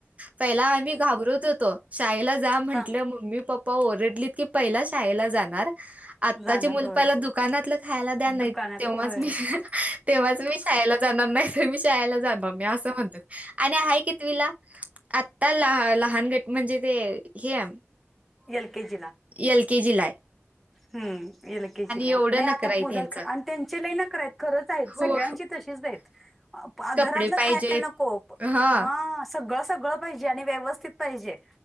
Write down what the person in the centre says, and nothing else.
हा
जाणार
होय
दुकानात
होय
एल केजी ला
हम्म एल के जी ला
नाही
आता
चले नखरे आहेत खरंच
<unintelligible>
घरातलं
खायला नको
हा सगळं सगळं पाहिजे व्यवथजे